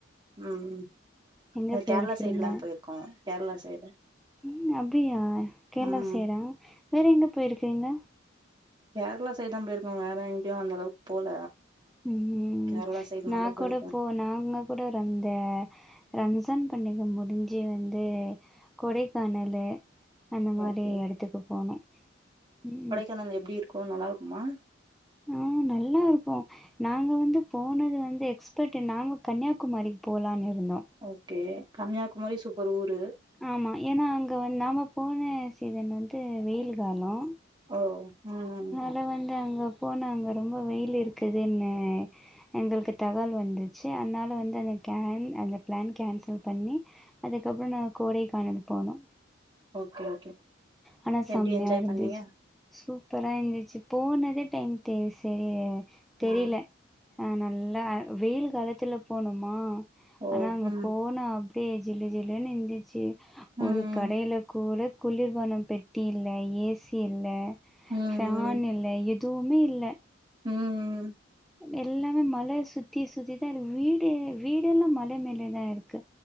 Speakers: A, on the right; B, in the centre.
A: ம்
B: எங்க
A: அது
B: போயிருக்கிறீங்க
A: கேர்ளா சைடுல்லா போயிருக்கோ கேர்ளா சைடு
B: ம் அப்டியா கேர்ளா
A: ம்
B: சைடா வேற எங்க போயிருக்கிங்க
A: கேர்ளா சைட் தா போயிருக்கோ வேற எங்கயோ அந்த அளவுக் போல
B: ம்
A: கேரளா சைடு
B: நா
A: மட்டு போயிருக்கே
B: கூடப்போ நாங்க கூடரந்த ரம்ஜான் பண்டிக முடிஞ்சு வந்து கொடைக்கானலு அந்த மாறி
A: ஓகே
B: எடத்துக்கு போனோ ம்
A: <unintelligible> எப்டி இருக் கு நல்லா இருக்குமா
B: ம் நல்லா இருக்கு நாங்க வந்து போனது வந்து எக்ஸ்பர்ட் நாங்க கன்னியாகுமாரிக்கு போலானு இருந்தோ
A: ஓகே கன்னியாகுமாரி சூப்பர் ஊரு
B: ஆமா ஏன்னா அங்க வந் நாம போன சீசன் வந்து வெயில் காலோ
A: ஓ ம்
B: அதுல வந்து அங்க போன அங்க ரொம்ப வெயில் இருக்குதுனு எங்களுக்கு தகவல் வந்துச்சு அதனால வந்து அந்த கேன் அந்த பிளான் கேன்சல் பண்ணி அதுக்கப்றோ நாங்க கோடைக்கானல் போனோ
A: ஓகே ஓகே
B: ஆனா செம்மையா
A: எப்டி என்ஜாய்
B: இருந்துச்
A: பண்ணீங்க
B: சூப்பரா இருந்துச்சு போனதே டைம் தெரி செரி தெரியல
A: ம்
B: ஆ நல்லா வெயில் காலத்துல போனோமா
A: ஓ
B: ஆனா அங்க
A: ம்
B: போனா அப் டியே ஜிலு ஜிலுன்னு இந்துச்சு
A: ம்
B: ஒரு கடைல கூட குளிர்பான பெட்டி இல்ல ஏசி இல்ல
A: ம் ம்
B: ஃபேன் இல் ல எதுவுமே இல்ல
A: ம் ம்
B: எல்லாமே மல சுத்தி சுத்திதா இருக்கு வீடு வீடு எல்லா மல மேலதா இருக்கு